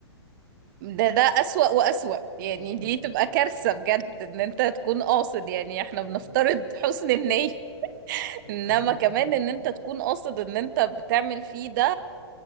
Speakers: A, on the right (about 45°); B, on the left (about 85°).
A: ده ده اسوأ واسوأ يعني
B: امم
A: دي تبقى كارثة بجد ان انت تكون قاصد يعني احنا
B: امم
A: بنفترض حسن النية
B: و...
A: <laughs> انما
B: <laughs>
A: كمان ان انت تكون قاصد ان انت بتعمل فيه ده